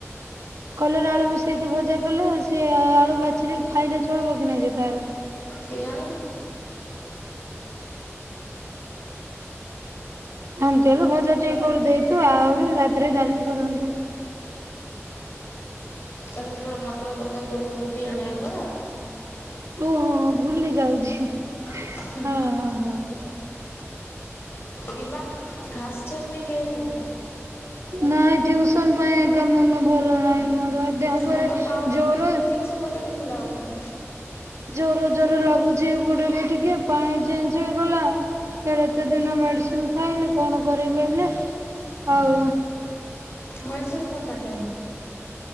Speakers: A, on the right; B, on the left.
A: କଲରା ଆଳୁ ମିଶେଇକି ଭଜା କଲେ ସିଏ ଆଳୁ ବାଛିିଲେ ଖାଇଲେ ଚଳବକି ନାହିଁ ଯେ ତାର?
B: କେୟାଣି।
A: ଏମିତି ହେଲେ ଭଜା ଟିକେ କରିଦେଇତୁ ଆହୁରି ରାତିରେ ଡାଲି କରନ୍ତୁ।
B: ତା ହାତରେ ମଟର ତରକାରୀ କରିକି ରୁଟି ଆଣିବା ପରା।
A: ଓହୋ ହୋ ଭୁଲି ଯାଉଛି।
B: ହୁଁ।
A: ହଁ ହଁ ହଁ।
B: ଦିମାଗ ଘାସ ଚରନେ ଗୟା ହେ କ୍ୟା?
A: ନାଇଁ ଟ୍ୟୁସନ ପାଇଁ ଏକା ମନ ଭଲ ନାହିଁ ମୋର ଆ ଦେହ
B: ମୁଁ
A: ପରେ
B: ତ ପାଉନାହିଁ
A: ଜର
B: ଟିଉସନ କିଛି ମତେ କେମତି ଲାଗୁଛି?
A: ଜର ଜର ଲାଗୁଛି ଏପଟେ ବି ଟିକେ ପାଣି ଚେଞ୍ଜ ହେଇଗଲା। ଇଆଡ଼େ ଏତେ ଦିନ ମେଡିସିନ ଖାଇନି କଣ କରିବି ହେଲେ ଆଉ
B: ମେଡିସିନ କଣ ପାଇଁ ଖାଇନା?